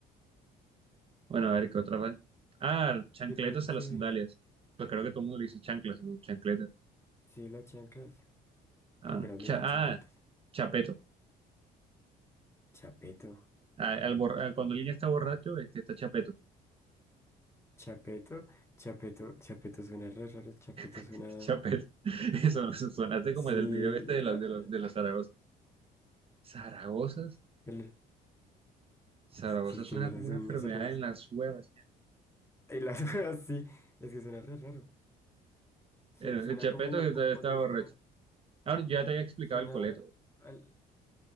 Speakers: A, on the right; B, on the left.
A: Bueno, a ver qué otra vez. Ah, chancletas
B: sí, porque
A: a las sandalias. Pues creo que todo el mundo le dice chanclas, ¿no? Chancletas.
B: sí, las chanclas.
A: Ah,
B: ¿Quién creas
A: cha-
B: le dice
A: ah,
B: chancletas?
A: chapeto.
B: Chapeto,
A: a- al borra- cuando alguien está borracho, este está chapeto.
B: chapeto, chapeto, chapeto suena re raro, chapeto
A: <laughs>
B: suena.
A: Chapeto. Eso eso sonaste
B: Sí,
A: como del video este de los
B: ah,
A: de los de los zaragozas. ¿Zaragozas?
B: el-
A: Zaragoza
B: ¿Qué,
A: suena
B: qué mierda
A: como
B: son
A: una enfermedad
B: unas zarragozas?
A: en las huevas.
B: Y las <laughs> cosas sí, es que suena re raro. Su-
A: Bueno,
B: Suena
A: El chapeto
B: como,
A: que está,
B: como cuando
A: está
B: uno
A: borracho.
B: está.
A: Ahora, yo ya te había explicado
B: Suena
A: el coleto.
B: al.